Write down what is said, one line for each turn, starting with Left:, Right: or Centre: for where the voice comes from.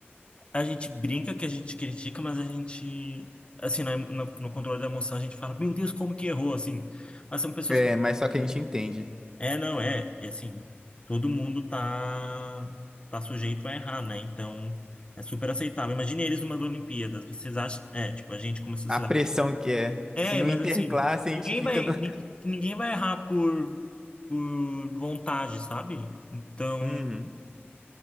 Left: a gente brinca que a gente critica, mas a gente, assim, na- no, no controle da emoção, a gente fala, meu Deus, como que errou, assim. Mas são pessoas
Right: É,
Left: que...
Right: mas só que a gente entende.
Left: É, não, é. E assim, todo mundo tá, tá sujeito a errar, né? Então, é super aceitável. Imagine eles numas Olimpíadas. Vocês acham... É, tipo, a gente como sociedade...
Right: A pressão que é.
Left: É,
Right: Se não
Left: mas
Right: interclasse,
Left: assim,
Right: a
Left: ninguém
Right: gente fica
Left: vai,
Right: no. <laughs>
Left: ni- ninguém vai errar por, por vontade, sabe? Então...
Right: Uhum.